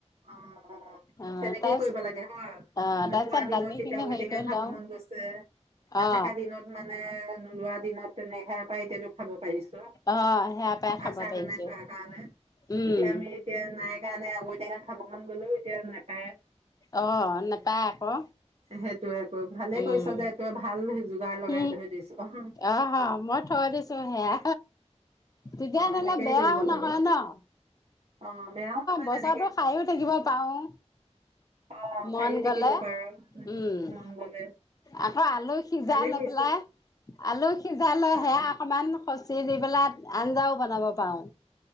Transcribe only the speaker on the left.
অ
তাৰ
অ
তাৰপিছত
দালি
খিনি
হেৰি কৰি
লওঁ
অ।
অ সেয়া পাই খাব
পাৰিছো
উম
অ নোপায় আকৌ।
উম
সি
অ মই থৈ দিছো সেয়া তেতিয়া ধৰি
লও বেয়াও
নহয়
ন।
বছৰটো
খায়ো থাকিব পাৰো
মন
গলে
উম',
আকৌ আলু সিজাই
লৈ
পেলাই আলু- সিজাই লৈ‌
হেয়া অকমান, খচি যিবিলাক আঞ্জাও বনাব পাৰো।